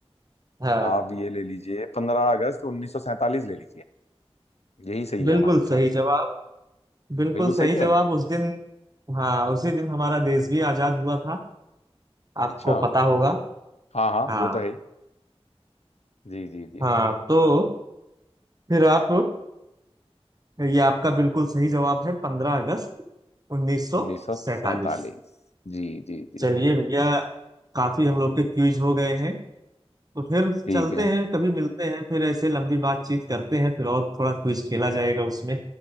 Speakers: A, on the right; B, on the left.
A: हाँ
B: आप ये ले लीजिए 15 अगस्त 1947 ले लीजिए यही सही
A: बिल्कुल
B: है हमारे विचार
A: सही
B: से
A: जवाब
B: तो
A: बिल्कुल
B: बिल्कुल सही
A: सही जवाब
B: है
A: उस दिन हाँ उसी दिन हमारा देश भी आजाद हुआ था आपको
B: अच्छा
A: पता होगा
B: हाँ हाँ
A: हाँ
B: वो तो है ही। जी जी जी
A: हाँ तो फिर आप ये आपका बिल्कुल सही जवाब है पंद्रह अगस्त उन्नीस सौ
B: उन्नीस सौ सैतालीस
A: सैतालीस
B: जी जी जी
A: चलिए
B: जी
A: भैया काफी हम लोग के क्यूज हो गए हैं तो फिर
B: ठीक
A: चलते
B: है
A: हैं कभी मिलते हैं फिर ऐसे लंबी बातचीत करते हैं फिर और थोड़ा क्विज खेला जाएगा उसमें